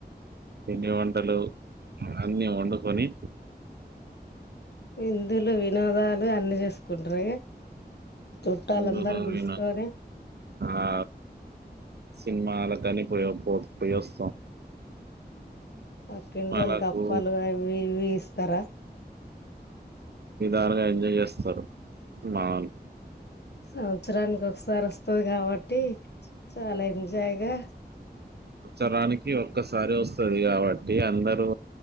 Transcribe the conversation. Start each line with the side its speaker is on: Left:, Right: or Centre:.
Right: పిండి వంటలు అన్ని వండుకొని
Left: ఇందులు వినోదాలు అన్ని చేసుకుంటార ఇగ చుట్టాలందరూ
Right: చూడ
Left: పిలుసుకొని
Right: అనా ఆ సినిమా అలా కాని పో పోయాస్
Left: పక్కింటోలు
Right: సినిమాలకు
Left: కప్పాలు అవి ఇవి ఇస్తారా
Right: విధాలుగా ఎంజాయ్ చేస్తారు మాలు
Left: సంవత్సరానికి ఒకసారి వస్తది కాబట్టి చాలా ఎంజాయ్గా
Right: సంవస్తరానికి ఒక్కసారి వస్తు స్తుంది కాబట్టి అందరూ